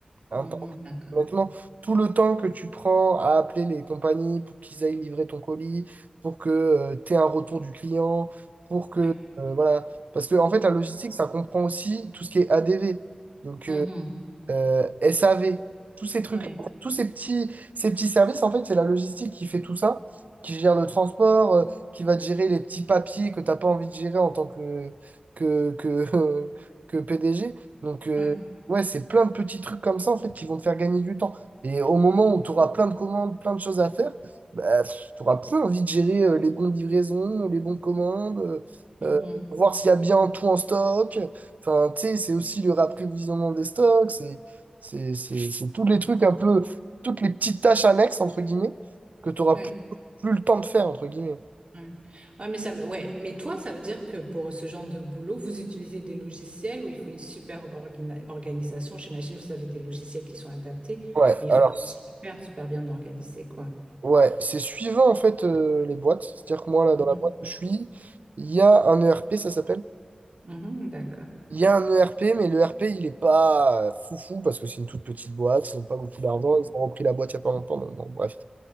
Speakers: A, on the right; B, on the right.
A: Un
B: Mhm,
A: temps
B: d'accord.
A: Honnêtement, tout le temps que tu prends à appeler les compagnies pour qu'ils aillent livrer ton colis, pour que tu aies un retour du client, pour que...
B: Oui.
A: euh, voilà. Parce que, en fait, la logistique, ça comprend aussi tout ce qui est ADV. Donc,
B: Mhm.
A: euh, euh, SAV, tous ces trucs-là,
B: Oui.
A: en fait, tous ces petits, ces petits services, en fait, c'est la logistique qui fait tout ça, qui gère le transport, euh, qui va te gérer les petits papiers que tu n'as pas envie de gérer en tant que, que, que, <laughs> que PDG. Donc, euh,
B: Oui.
A: ouais, c'est plein de petits trucs comme ça, en fait, qui vont te faire gagner du temps. Et au moment où tu auras plein de commandes, plein de choses à faire, bah, tu auras plus envie de gérer euh, les bons livraisons, les bons commandes, euh,
B: Mhm.
A: euh, voir s'il y a bien tout en stock. Enfin, tu sais, c'est aussi le rapprévisionnement des stocks. c'est- c'est c'est- c'est tous les trucs un peu, toutes les petites tâches annexes, entre guillemets, que tu n'auras
B: Oui.
A: plus, plus le temps de faire, entre guillemets.
B: Ouais. Ouais, mais ça, veut- ouais. Mais toi, ça veut dire que pour ce genre de boulot, vous utilisez des logiciels où il faut une super organi- organisation. J'imagine que vous avez des logiciels qui sont adaptés,
A: Ouais,
B: mais il
A: alors,
B: faut être super, super bien organisé, quoi.
A: ouais, c'est suivant en fait euh, les boîtes. C'est-à-dire que moi, là,
B: Mhm.
A: dans la boîte où je suis, il y a un ERP, ça s'appelle.
B: Mhm, d'accord.
A: Il y a un ERP, mais le ERP, il est pas euh, foufou parce que c'est une toute petite boîte, ils n'ont pas beaucoup d'argent,
B: Ok.
A: ils ont repris la boîte il n'y a pas longtemps, donc bon, bref.